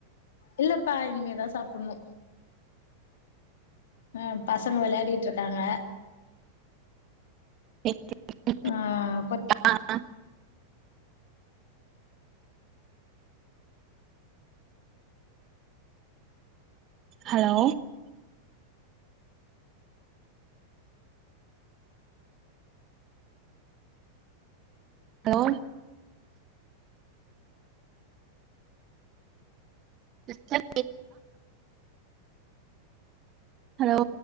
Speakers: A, on the left; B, on the right.
A: இல்லப்பா இனிமேதா சாப்புட்ணு ஆ பசங்க வெளயாடிட்ருக்காங்க
B: <unintelligible>
A: ஆ கொத்
B: ஆ ஆ ஹலோ ஹலோ சிஸ்டர் ஹலோ